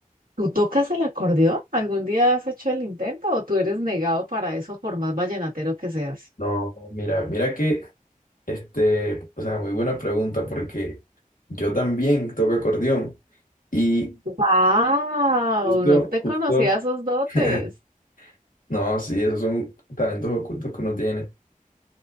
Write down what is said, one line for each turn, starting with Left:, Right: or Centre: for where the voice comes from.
Right: ¿Tú tocas el acordeón? ¿Algún día has hecho el intento o tú eres negado para eso por más vallenatero que seas?
Left: No, mira, mira que, este, o sea, muy buena pregunta porque yo también toco acordeón y
Right: ¡Wow!
Left: justo,
Right: No te
Left: justo,
Right: conocía esos dotes.
Left: <laughs> no, sí, esos son talentos ocultos que uno tiene.